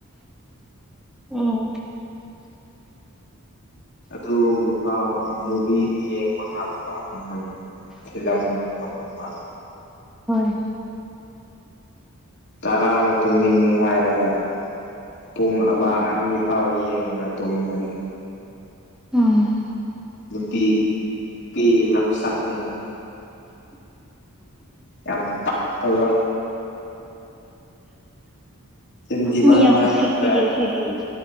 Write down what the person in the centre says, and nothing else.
ꯎꯝ
ꯍꯣꯏ
ꯎꯝ
ꯃꯤ ꯌꯥꯝ ꯎꯁꯤꯠꯇꯤꯌꯦ
ꯁꯤꯗꯤ